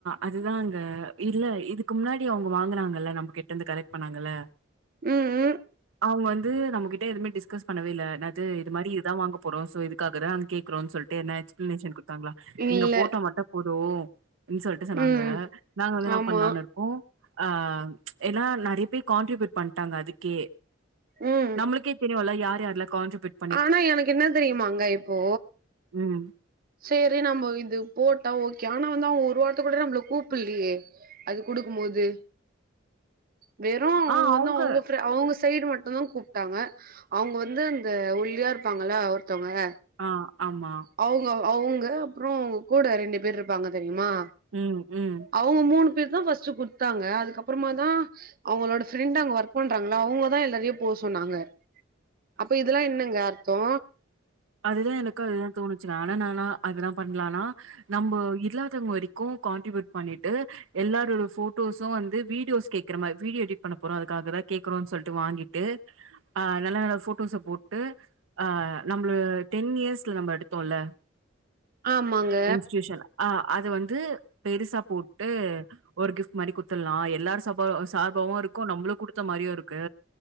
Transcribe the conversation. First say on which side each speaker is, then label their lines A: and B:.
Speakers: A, on the right; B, on the right.
A: அதுதாங்க இல்ல இதுக்கு முன்னாடி அவுங்க வாங்குனாங்கல்ல நம்ம கிட்டந்து கரெட் பண்ணாங்கல்ல
B: ம் ம்
A: அவுங்க வந்து நம்ம கிட்ட எதுமே டிஸ்கஸ் பண்ணவேல்ல என்னது இது மாரி இதா வாங்க போறோ சோ இதுக்காகதா நாங்க கேக்குறோ சொல்ட்டு எத்னா எக்ஸ்பிளனேஷன் குட்த்தாங்ளா நீங்க
B: இல்ல
A: போட்டா மட்டு போது <unintelligible> சொல்ட்டு சொன்னாங்க
B: ம்
A: நாங்க வந்து இன்னா
B: ஆமா
A: பண்ணலானுரு ஒ ஆ எல்லா நெறைய பேரு கான்ட்ரிபியூட் பண்ட்டாங்க அதுக்கே
B: ம்
A: நம்ளுக்கே தெரியுல யார் யார்லா கான்ட்ரிபுயூட்
B: ஆனா எனக்கு என்ன தெரியுமாங்க இப்போ
A: ம்
B: சேரி நம்மோ இது போட்டா ஓகே ஆனா வந்து அவுங்க ஒரு வார்த்த கூட நம்மள கூப்புலயே அது குடுக்கு‌ போது வெறு அவுங்க
A: ஆ
B: வந்து
A: அவங்க
B: அவுங்க று அவுங்க சைடு மட்டு தா கூப்ட்டாங்க அவுங்க வந்து அந்த ஒல்லியா இருப்பாங்கள ஒருத்தவங்க
A: ஆ ஆமா
B: அவுங்க அவுங்க அப்புற அவங்க கூட ரெண்டு பேர் இருப்பாங்க தெரியுமா
A: ம் ம்
B: அவுங்க மூணு பேரு தா ஃபர்ஸ்ட் குடுத்தாங்க அதுக்கப்பறமா தா அவுங்களோட ஃப்ரெண்ட் அங்க ஒர்க் பண்றாங்களா அவங்கதா எல்லாரையு போ சொன்னாங்க அப்ப இதெல்லா என்னங்க அர்த்தோ
A: அதுதா எனக்கு அதுதா தோணுச்சு ஆனா நாலா அதுல்லா பண்லானா நம்ப இல்லாத வரைக்கு கான்ட்ரிபியூட் பண்ணிட்டு எல்லாரோட போட்டோஸு வந்து வீடியோஸ் கேக்குற மாரி வீடியோ எடிட் பண்ண போறோ அதுக்காகதா கேக்குறோம்னு சொல்ட்டு வாங்கிட்டு ஆ நல்ல நல்ல ஃபுட் டுஸ போட்டு அ நம்மள டென் இயர்ஸ்ல நம்ப எடுத்தோல
B: ஆமாங்க
A: இன்ஸ்டியுஷன் ஆ அத வந்து பெருசா போட்டு ஒரு கிஃப்ட் மாரி குத்துடலா எல்லாரு சாப சார்பாவு இருக்கு நம்மளு குடுத்த மாரியு இருக்கு